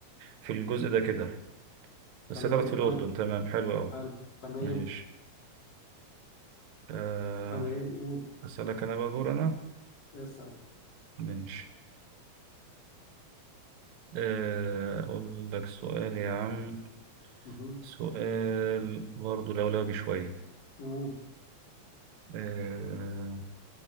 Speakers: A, on the right; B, on the left.
A: في الجزء ده كده بس
B: تمام
A: طلعت في الاردن
B: حلو
A: تمام حلو قوي
B: حلو تمام
A: ماشي أه
B: تمام قول
A: اسالك انا بقى دور انا
B: اسأل
A: ماشي آه، اقول لك سؤال يا عم
B: مهم.
A: سؤال برضه لولبي شويه
B: قول
A: آه،